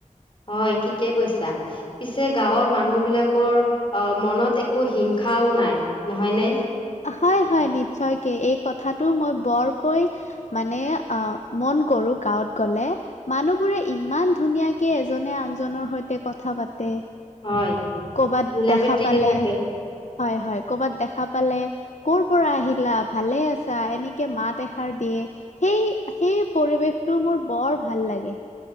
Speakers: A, on the left (about 40°); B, on the left (about 60°).
A: হয় ঠিকে কৈছা পিছে গাঁৱৰ মানুহ বিলাকৰ অ মনত একো হিংসা ও নাই নহয় নে
B: হয় হয় নিশ্চয়কে এই কথাটো মই বৰকৈ মানে মন কৰোঁ গাঁৱত গ'লে মানুহ বোৰে ইমান ধুনীয়াকে এজনে আনজনৰ সৈতে কথা পা তে
A: হয়
B: কৰবাত
A: মিলা
B: দেখা
A: প্ৰীতিকে
B: পালে
A: থাকে
B: হয় হয় কৰবাত দেখা পালে কৰ পৰা আহিলা? ভালে আছা? এনেকে মাত এষাৰ দিয়ে সেই সেই পৰিৱেশটো মোৰ বৰ ভাল লাগে